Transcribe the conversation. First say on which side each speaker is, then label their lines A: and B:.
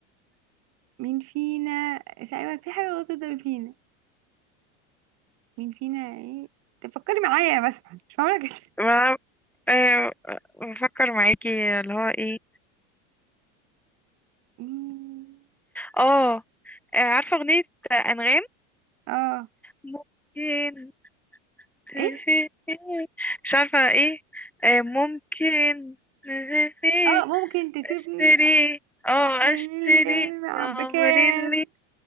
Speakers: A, on the right; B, in the centre.
A: مين فينا تقريبا في حاجة غلط جدا مين فينا مين فينا ايه تفكري معايا بس مش معقولة كده
B: ما آه، بفكر معاكي اللي هو ايه
A: مم.
B: اه آه، عارفة أغنية أنغام
A: اه
B: ممكن تسيب
A: ايه
B: مش عارفة ايه آه، ممكن تسيب
A: اه ممكن تسيبني
B: اشتري اه
A: بال-
B: اشتري يا عمري
A: بكام
B: اللي